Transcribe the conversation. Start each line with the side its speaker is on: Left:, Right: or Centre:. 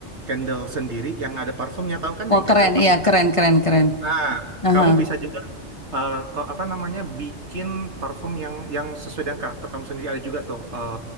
Right: candle sendiri yang ada parfumnya tahu kan
Left: Wah,
Right: yang candle
Left: keren.
Right: kamu
Left: Iya, keren keren keren.
Right: Nah,
Left: Aha.
Right: kamu bisa juga eh, ko- apa namanya bikin parfum yang yang sesuai dengan karakter kamu sendiri. Ada juga tuh eh,